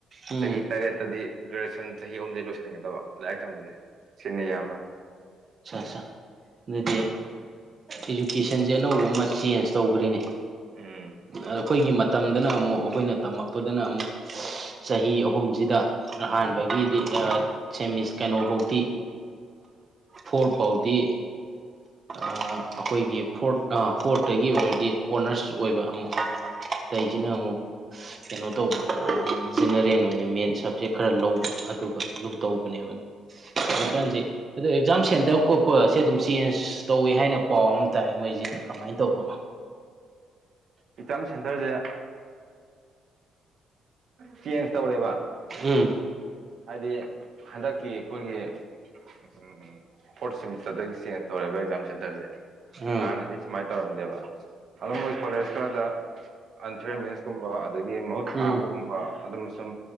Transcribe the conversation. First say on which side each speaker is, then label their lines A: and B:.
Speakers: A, on the right (about 40°); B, on the right (about 60°).
A: ꯎꯝ
B: ꯆꯍꯤ
A: ꯎꯝ
B: ꯇꯔꯦꯠꯇꯗꯤ ꯒ꯭ꯔꯦꯖꯨꯑꯦꯁꯟ ꯆꯍꯤ ꯑꯍꯨꯝꯖꯦ ꯂꯣꯏꯁꯤꯟꯒꯗꯕ ꯂꯥꯏꯔꯤꯛ ꯇꯝꯕꯁꯦ ꯁꯤꯅꯦ ꯏꯌꯥꯝꯕ
A: ꯑꯆꯥꯆꯥ ꯑꯗꯨꯗꯤ ꯏꯖꯨꯀꯦꯁꯟꯁꯦ ꯑꯅꯧꯕ ꯑꯃ ꯆꯦꯟꯖ ꯇꯧꯈ꯭ꯔꯤꯅꯦ
B: ꯎꯝ
A: ꯑꯩꯈꯣꯏꯒꯤ ꯃꯇꯝꯗꯅ ꯑꯃꯨꯛ ꯑꯩꯈꯣꯏꯅ ꯇꯝꯃꯛꯄꯗꯅ ꯑꯃꯨꯛ ꯆꯍꯤ ꯑꯍꯨꯝꯁꯤꯗ ꯑꯍꯥꯟꯕꯒꯤꯗꯤ ꯁꯦꯝꯃꯤꯁ ꯀꯩꯅꯣꯐꯧꯗꯤ ꯐꯣꯔ ꯐꯧꯗꯤ ꯑ ꯑꯩꯈꯣꯏꯒꯤ ꯐꯣꯔꯠ ꯐꯣꯔꯠꯇꯒꯤ ꯑꯣꯏꯔꯗꯤ ꯑꯣꯅꯔꯁ ꯑꯣꯏꯕ ꯑꯃꯨꯛ ꯇꯩꯖꯅꯃꯣ
B: ꯎꯝ
A: ꯀꯩꯅꯣ ꯇꯧꯕ ꯖꯦꯅꯔꯦꯜ ꯑꯣꯏꯅ ꯃꯦꯟ ꯁꯕꯖꯦꯛ ꯈꯔ ꯂꯧꯕ ꯑꯗꯨꯒ ꯑꯗꯨꯝ ꯇꯧꯕꯅꯦꯕꯗꯣ
B: ꯎꯝ
A: ꯀꯥꯟꯁꯦ ꯑꯗꯣ ꯑꯦꯛꯖꯥꯝ ꯁꯦꯟꯇꯔ ꯈꯣꯠꯄꯁꯦ ꯑꯗꯨꯝ ꯆꯦꯟꯖ ꯇꯧꯋꯦ ꯍꯥꯏꯅ ꯄꯥꯎ ꯑꯃ ꯇꯥꯏ ꯃꯣꯏꯁꯤꯅ ꯀꯃꯥꯏꯅ ꯇꯧꯕꯅꯣ
B: ꯑꯦꯛꯖꯥꯝ ꯁꯦꯟꯇꯔꯁꯦ ꯆꯦꯟꯖ ꯇꯧꯔꯦꯕ
A: ꯎꯝ
B: ꯍꯥꯏꯗꯤ ꯍꯟꯗꯛꯀꯤ ꯑꯩꯈꯣꯏꯒꯤ ꯐꯣꯔꯠ ꯁꯦꯃꯤꯁꯇꯔꯗꯒꯤ ꯆꯦꯟꯖ ꯇꯧꯔꯛꯦꯕ ꯑꯦꯛꯖꯥꯝ ꯁꯦꯟꯇꯔꯁꯦ
A: ꯎꯝ
B: ꯍꯥꯟꯅꯗꯤ ꯁꯨꯃꯥꯏꯅ ꯇꯧꯔꯝꯗꯦꯕ ꯑꯗꯨꯗꯣ ꯃꯣꯏ ꯀꯣꯂꯦꯖ ꯈꯔꯗ ꯑꯟꯊꯔ ꯃꯤꯟꯁꯀꯨꯝꯕ ꯑꯗꯒꯤ ꯃꯍꯨꯠ
A: ꯎꯝ
B: ꯊꯥꯕꯒꯨꯝꯕ
A: ꯎꯝ
B: ꯑꯗꯨꯝ ꯁꯨꯝ